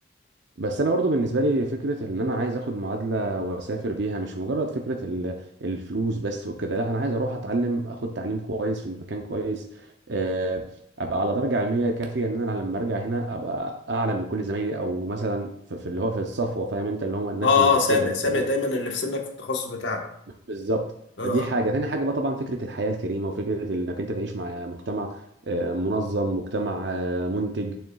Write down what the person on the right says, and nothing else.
بس انا برضو بالنسبه لي فكره ان انا عايز اخد معادله واسافر بيها مش مجرد فكره ال- الفلوس بس وكده لا انا عايز اروح اتعلم اخد تعليم كويس في مكان كويس آه، ابقى على درجه علميه كافيه ان انا لما ارجع هنا ابقى اعلى من كل زمايلي او مثلا في في اللي هو في الصفوه فاهم انت اللي هم الناس
اللي في
التوب
مثلا
بالظبط
دي حاجة تاني حاجة بقى طبعا فكرة الحياة الكريمة وفكرة انك انت تعيش مع مجتمع آه، منظم مجتمع آه، منتج